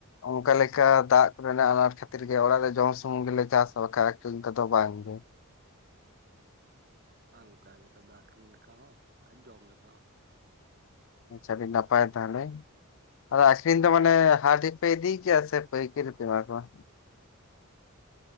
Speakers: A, on the left; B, on the right.
A: ᱚᱝᱠᱟ ᱞᱮᱠᱟ ᱫᱟᱜ ᱠᱚᱨᱮᱱᱟᱜ ᱟᱱᱟᱴ ᱠᱷᱟᱹᱛᱤᱨ ᱜᱮ ᱚᱲᱟᱜ ᱨᱮ ᱡᱚᱢ ᱥᱩᱢᱩᱝ ᱜᱮᱞᱮ ᱪᱟᱥ ᱟ ᱵᱟᱠᱷᱟᱡ ᱟᱠᱷᱨᱤᱧ ᱠᱚ ᱫᱚ ᱵᱟᱝᱜᱮ
B: ᱵᱟᱝ ᱜᱚᱝᱠᱮ ᱟᱞᱮ ᱥᱮᱫ ᱫᱚ ᱟᱠᱷᱨᱤᱧ ᱞᱮᱠᱟ ᱦᱚᱸ ᱟᱨ ᱡᱚᱢ ᱞᱮᱠᱟ ᱦᱚᱸ
A: ᱟᱪᱪᱷᱟ ᱟᱹᱰᱤ ᱱᱟᱯᱟᱭ ᱛᱟᱦᱞᱮ ᱟᱫᱚ ᱟᱹᱠᱷᱨᱤᱧ ᱫᱚ ᱢᱟᱱᱮ ᱦᱟᱴ ᱯᱮ ᱤᱫᱤᱭ ᱜᱮᱭᱟ ᱥᱮ ᱯᱟᱹᱭᱠᱟᱹᱨᱤ ᱯᱮ ᱮᱢᱟ ᱠᱚᱣᱟ